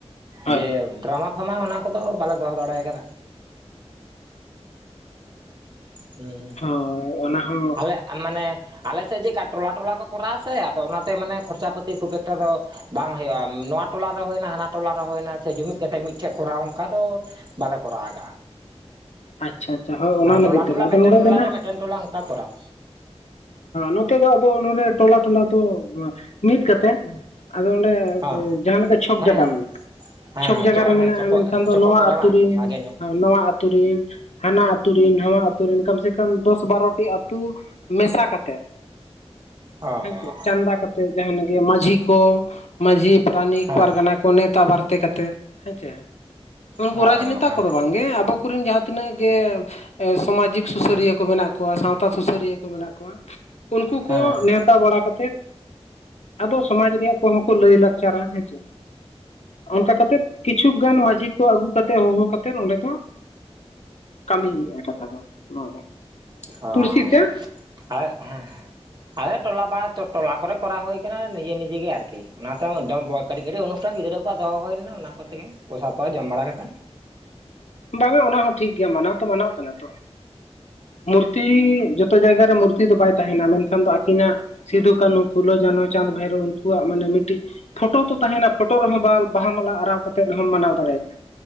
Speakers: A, on the left; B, on the right.
A: ᱦᱳᱭ
B: ᱡᱮ
A: ᱦᱳᱭ ᱦᱳᱭ
B: ᱰᱨᱟᱢᱟ ᱯᱷᱟᱢᱟ ᱚᱱᱟ ᱠᱚᱫᱚ ᱵᱟᱞᱮ ᱫᱚᱦᱚ ᱫᱟᱲᱮᱭ ᱠᱟᱫᱟ᱾ ᱦᱩᱸ
A: ᱦᱚᱭ ᱚᱱᱟ ᱦᱚᱸ
B: ᱞᱮᱜ ᱢᱟᱱᱮ ᱟᱞᱮ ᱥᱮᱡ ᱡᱮᱜᱠᱟ ᱴᱚᱞᱟ ᱴᱚᱞᱟ ᱠᱚ ᱠᱚᱨᱟᱣ ᱟ ᱥᱮ ᱟᱫᱚ ᱚᱱᱟᱛᱮ ᱢᱟᱱᱮ ᱠᱷᱚᱨᱪᱟ ᱯᱟᱹᱛᱤ ᱠᱷᱩᱵ ᱮᱠᱴᱟ ᱫᱚ ᱵᱟᱝ ᱦᱳᱭᱳᱜ-ᱟ ᱱᱚᱣᱟ ᱴᱚᱞᱟᱮ ᱨᱮ ᱦᱩᱭᱱᱟ ᱦᱟᱱᱟ ᱴᱚᱞᱟ ᱨᱮ ᱦᱩᱭᱱᱟ ᱪᱷᱮ ᱡᱩᱢᱤᱫ ᱠᱟᱛᱮᱫ ᱢᱤᱫᱴᱷᱮᱡ ᱠᱚᱨᱟᱣ ᱚᱝᱠᱟ ᱫᱚ ᱵᱟᱞᱮ ᱠᱚᱨᱟᱣ ᱠᱟᱜ-ᱟ
A: ᱟᱪᱪᱷᱟ ᱟᱪᱪᱷᱟ ᱦᱳᱭ ᱚᱱᱟ
B: ᱢᱟᱱᱮ
A: ᱞᱟᱹᱜᱤᱫ
B: ᱴᱚᱞᱟ
A: ᱛᱮᱜᱮ
B: ᱴᱚᱞᱟ
A: ᱟᱫᱚ
B: ᱢᱮᱜᱴᱮᱱ
A: ᱱᱚᱰᱮ
B: ᱴᱚᱞᱟ
A: ᱫᱚ ᱱᱟᱜ
B: ᱢᱮᱜᱴᱮᱱ ᱴᱚᱞᱟ ᱚᱝᱠᱟ ᱠᱚᱨᱟᱣ
A: ᱱᱚᱛᱮ ᱫᱚ ᱟᱫᱚ ᱱᱚᱰᱮ ᱴᱚᱞᱟ ᱴᱚᱞᱟ ᱛᱚ ᱢᱤᱫ ᱠᱟᱛᱮᱫ ᱟᱫᱚ ᱚᱸᱰᱮ
B: ᱦᱮᱸ
A: ᱡᱟᱦᱟᱸ ᱞᱮᱠᱟ ᱪᱷᱚᱠ
B: ᱦᱮᱸ
A: ᱡᱟᱜᱟ ᱢᱮᱱᱟᱜ-ᱟ
B: ᱦᱮᱸ
A: ᱪᱷᱚᱠ ᱡᱟᱜᱟ
B: ᱪᱚ ᱦᱮᱸ
A: ᱨᱮ ᱢᱮᱱᱟᱜ-ᱟ
B: ᱪᱚᱠᱚ
A: ᱢᱮᱱᱠᱷᱟᱱ ᱫᱚ
B: ᱪᱚᱠᱚ
A: ᱱᱚᱣᱟ
B: ᱠᱚᱨᱮ
A: ᱟᱹᱛᱩ
B: ᱵᱟᱝ
A: ᱨᱤᱱ
B: ᱵᱷᱟᱜᱮ ᱧᱚᱜ
A: ᱱᱚᱣᱟ ᱟᱛᱩ ᱨᱤᱱ ᱦᱟᱱᱟ ᱟᱛᱩ ᱨᱤᱱ ᱧᱚᱷᱣᱟ ᱟᱹᱛᱩ ᱨᱤᱱ ᱠᱚᱢ ᱥᱮ ᱠᱚᱢ ᱫᱚᱥ ᱵᱟᱨᱚᱴᱤ ᱟᱹᱛᱩ ᱢᱮᱥᱟ ᱠᱟ ᱛᱮᱫ
B: ᱚ ᱚ
A: ᱦᱮᱸᱥᱮ
B: ᱚ
A: ᱪᱟᱸᱫᱫᱟ ᱠᱟᱛᱮᱜ ᱡᱟᱦᱟᱱᱟᱜ ᱜᱮ ᱢᱟᱺᱡᱷᱤ ᱠᱚ ᱢᱟᱺᱡᱷᱤ ᱯᱨᱟᱱᱤᱠ
B: ᱦᱮᱸ
A: ᱯᱟᱨᱜᱟᱱᱟ ᱠᱚ ᱱᱮᱣᱛᱟ ᱵᱟᱨᱛᱮ ᱠᱟᱛᱮᱫ ᱦᱮᱸ ᱪᱮ ᱩᱱᱠᱩ
B: ᱚ
A: ᱨᱟᱡᱽᱱᱮᱛᱟ
B: ᱚ ᱦᱮᱸ
A: ᱠᱚᱫᱚ ᱵᱟᱝᱜᱮ ᱟᱵᱚ ᱠᱩᱨᱤᱱ ᱡᱟᱦᱟᱸ ᱛᱤᱱᱟᱹᱜ ᱜᱮ ᱥᱚᱢᱟᱡᱤᱠ ᱥᱩᱥᱟᱹᱨᱤᱭᱟᱹ ᱠᱚ ᱢᱮᱱᱟᱜ ᱠᱚᱣᱟ ᱥᱟᱶᱛᱟ ᱥᱩᱥᱟᱹᱨᱤᱭᱟᱹ ᱠᱚ ᱢᱮᱱᱟᱜ ᱠᱚᱣᱟ ᱩᱱᱠᱩ ᱠᱚ
B: ᱦᱮᱸ ᱦᱮᱸ
A: ᱱᱮᱶᱛᱟ ᱵᱟᱲᱟ ᱠᱟᱛᱮᱫ, ᱟᱫᱚ ᱥᱚᱢᱟᱡᱽ ᱨᱮᱭᱟᱜ ᱠᱚ ᱦᱚᱸᱠᱚ ᱞᱟᱹᱭ ᱞᱟᱠᱪᱟᱨᱟ ᱦᱮᱸ ᱪᱮ᱾ ᱚᱱᱠᱟ ᱠᱟᱛᱮᱫ ᱠᱤᱪᱪᱷᱩ ᱜᱟᱱ ᱢᱟᱹᱡᱷᱤ ᱠᱚ ᱟᱹᱜᱩ ᱠᱟᱛᱮ ᱦᱚᱦᱚ ᱠᱟᱛᱮᱫ ᱚᱸᱰᱮ ᱫᱚ ᱠᱟᱹᱢᱤᱭᱮ-ᱟ ᱠᱟᱛᱷᱟ ᱫᱚ ᱱᱚᱣᱟ ᱫᱚ᱾
B: ᱦᱚᱸ
A: ᱯᱩᱲᱥᱤ ᱛᱮ
B: ᱟᱨ ᱦᱮᱸ ᱟᱫᱚ ᱴᱚᱞᱟ ᱯᱟᱲᱟ ᱛᱚ ᱴᱚᱞᱟ ᱠᱚᱨᱮᱜ ᱠᱚᱨᱟᱣ ᱦᱩᱭ ᱠᱟᱱᱟ ᱱᱤᱡᱮ ᱱᱤᱡᱮ ᱜᱮ ᱟᱨᱠᱤ ᱚᱱᱟᱛᱮ ᱰᱟᱹᱢ ᱵᱟᱹᱠ ᱠᱟᱹᱴᱤᱡ ᱠᱟᱹᱴᱤᱡ ᱚᱱᱩᱥᱴᱟᱱ ᱜᱤᱫᱽᱨᱟᱹ ᱠᱚᱣᱟᱜ ᱫᱚᱦᱚ ᱦᱳᱭ ᱞᱮᱱᱟ ᱚᱱᱟ ᱠᱚᱛᱮᱜᱮ ᱯᱚᱥᱟ ᱛᱚᱣᱟ ᱡᱚᱢ ᱵᱟᱲᱟ ᱠᱟᱛᱮᱫ
A: ᱵᱟᱝ-ᱟ ᱚᱱᱟ ᱦᱚᱸ ᱴᱷᱤᱠ ᱜᱮᱭᱟ ᱢᱟᱱᱟᱣ ᱛᱚ ᱢᱟᱱᱟᱣᱚᱜ ᱠᱟᱱᱟ ᱛᱚ᱾ ᱢᱩᱨᱛᱤ ᱡᱚᱛᱚ ᱡᱟᱭᱜᱟᱨᱮ ᱢᱩᱨᱛᱤ ᱫᱚ ᱵᱟᱭ ᱛᱟᱦᱮᱱᱟ ᱢᱮᱱᱠᱷᱟᱱ ᱫᱚ ᱟᱹᱠᱤᱱᱟᱜ ᱥᱤᱫᱷᱩ, ᱠᱟᱹᱱᱩ, ᱯᱷᱩᱞᱳ, ᱡᱟᱱᱚ, ᱪᱟᱸᱫ, ᱵᱷᱟᱹᱭᱨᱳ ᱩᱱᱠᱩᱣᱟᱜ ᱢᱟᱱᱮ ᱢᱤᱫᱴᱤᱡ ᱯᱷᱚᱴᱚ ᱛᱚ ᱛᱟᱦᱮᱱᱟ ᱯᱷᱚᱴᱚ ᱨᱮᱦᱚᱸ ᱵᱟᱞ ᱵᱟᱦᱟ ᱢᱟᱞᱟ ᱟᱨᱟᱣ ᱠᱟᱛᱮᱫ ᱦᱚᱢ ᱢᱟᱱᱟᱣ ᱫᱟᱲᱮᱭᱟᱜ-ᱟ᱾